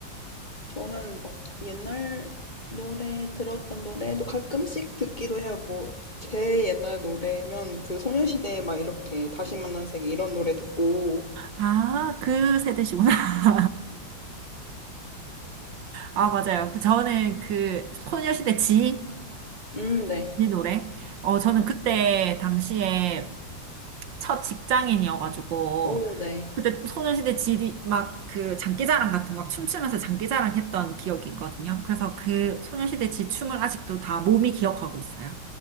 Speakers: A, on the left; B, on the right.
A: 저는 막 옛날 노래 들었던 노래도 가끔씩 듣기도 해요. 뭐 제 옛날 노래면 그 소녀시대 막 이렇게 다시 만난 세계 이런 노래 듣고
B: 아, 그 세대시구나. <laughs> 아, 맞아요. 그 저는 그 소녀시대 지,
A: 음, 네.
B: 이 노래. 어, 저는
A: 맞아요.
B: 그때 당시에 첫 직장인이어가지고
A: 오, 네.
B: 그때 소녀시대 지 d 막 그 장기자랑 같은 거 막 춤추면서 장기자랑 했던 기억이 있거든요. 그래서 그 소녀시대 지 춤을 아직도 다 몸이 기억하고 있어요.